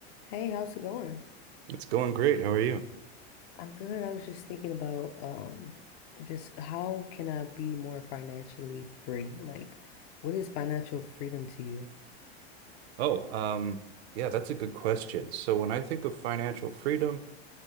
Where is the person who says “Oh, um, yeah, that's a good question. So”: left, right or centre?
Right